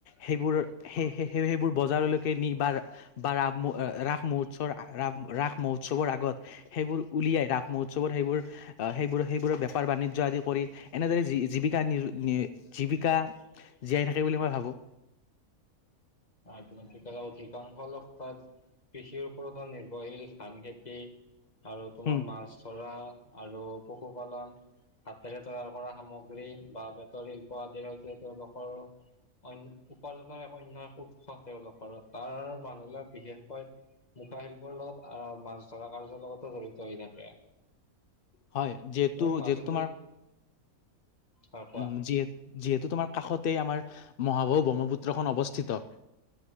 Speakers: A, on the left; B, on the left.
A: সেইবোৰ সেই সেই সেইবোৰ বজাৰলৈকে নি বাৰ বা ৰাম ৰাস মহোৎসৱৰ ৰা ৰাস মহোৎসৱৰ আগত সেইবোৰ উলিয়াই ৰাস মহোৎসৱৰ সেইবোৰ অহ সেইবোৰ সেইবোৰ বেপাৰ বাণিজ্য আদি। কৰি এনেদৰে জী জীৱিকা নিৰ নিৰ জীৱিকা জীয়াই থাকে বুলি মই ভাবোঁ।
B: অ ত ম িকা অ ঠিকা খ লাগ তাত <unintelligible> কৃষিৰ ওপৰতো নিৰ্ভৰশীল ধান খেতি আৰু তোমাৰ
A: উম
B: মাছ ধৰা আৰু। পশুপালন হাতেৰে। তৈয়াৰ কৰা সামগ্ৰী বা বেতৰ শিল্প আদিৰ সৈতে তেওঁলোকৰ। অণ্যই উপাৰ্জনাৰ এক অন্য এক উৎস তেওঁলোকৰ তাৰ মানুহে বিশেষকৈ। মুখা শিল্পৰ লগত আহ মাছ ধৰা কাৰ্যৰ লগতো জড়িত হৈ থাকে।
A: হয় যিহেতু
B: তুমি মাজুলীৰ
A: যিহেতু তোমাৰ।
B: হয় কোৱা
A: উম যিয়ে যিহেতু তোমাৰ কাষতে আমাৰ মহাবাহু ব্ৰহ্মপুত্ৰখন অৱস্থিত।